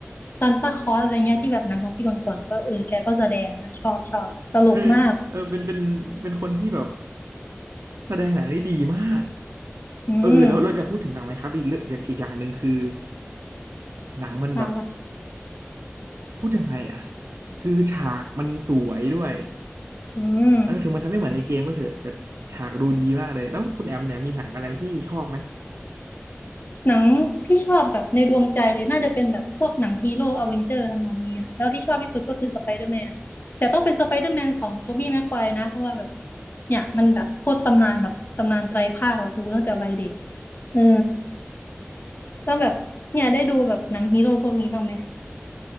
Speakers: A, on the left; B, on the right.
A: ซานตาคลอสอะไรเงี้ยที่แบบหนังของพี่ก่อนๆก็เออแกก็แสดงนะชอบชอบตลกมาก
B: เออเออเป็นเป็นเป็นคนที่แบบแสดงหนังได้ดีมาก
A: อืม
B: เออเออแล้วเราจะพูดถึงหนังไหมครับอีกเรื่องอย่างอีกอย่างหนึ่งคือหนังมันแบบ
A: ปาวะ
B: พูดยังไงอ่ะคือฉากมันสวยด้วย
A: อืม
B: แล้วถึงมันจะไม่เหมือนในเกมก็เถอะแต่ฉากดูดีมากเลยแล้วคุณแอมเนี่ยมีหนังอะไรที่ชอบไหม
A: หนังที่ชอบแบบในดวงใจเลยน่าจะเป็นแบบพวกหนังฮีโร่อเวนเจอร์ทำนองเนี้ยแล้วที่ชอบที่สุดก็คือสไปเดอร์แมนแต่ต้องเป็นสไปเดอร์แมนของโทบี้แม็กไกวร์นะเพราะว่าแบบเนี่ยมันแบบโคตรตำนานแบบตำนานไตรภาคแบบดูตั้งแต่วัยเด็กเออแล้วแบบเนี่ยได้ดูแบบหนังฮีโร่พวกนี้บ้างไหม